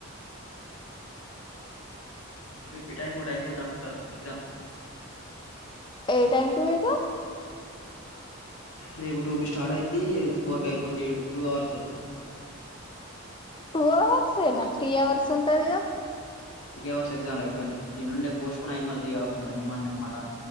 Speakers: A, on the left; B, on the left.
A: రేపీట్ అయికో అయిపోద్దాం ఎగ్జామ్
B: ఏ టైం తమిత
A: రేపు టూ కి స్టార్ట్ అయిది ఫోర్ క అయిపోద్ టూ అవర్స్
B: టూ అవర్స్ అనా త్రీ అవర్స్ ఉంటదిగా
A: త్రీ అవర్స్ ఎగ్జామ్లు అయిపోయి నేను నుండే పోస్ట్కుని అ మళ్ళ త్రీ అవర్స్ ఉ మళ్ళ